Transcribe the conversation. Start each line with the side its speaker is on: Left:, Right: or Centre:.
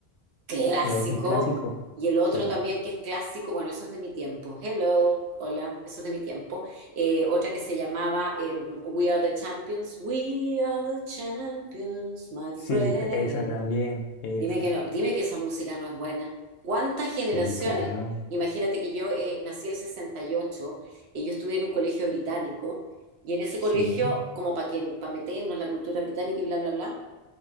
Right: clásico.
Left: ¿No es muy clásico?
Right: Y el otro
Left: Sí.
Right: también que es clásico, bueno, eso es de mi tiempo. Hello, hola, eso es de mi tiempo. Eh, otra que se llamaba eh, We Are the Champions. We are the champions, my friend.
Left: Sí, t- esa también. Esa.
Right: Dime que no, dime que esa música no es buena. ¿Cuántas generaciones?
Left: Sí, claro.
Right: Imagínate que yo eh, nací el 68 y ocho y yo estudié en un colegio británico. Y en ese
Left: Sí.
Right: colegio, como para que, para meternos la cultura británica y bla, bla, bla,